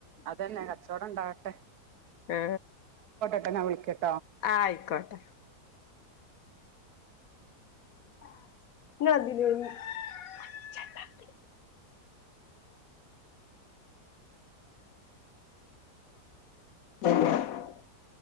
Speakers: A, on the right (about 65°); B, on the left (about 65°).
A: അതന്നെ കച്ചോടം ഉണ്ടാവട്ടെ
B: ആ
A: ഇപ്പൊ ഞാൻ വിളിക്ക
B: ആ ആയിക്കോട്ടെ <unintelligible> <inaudible>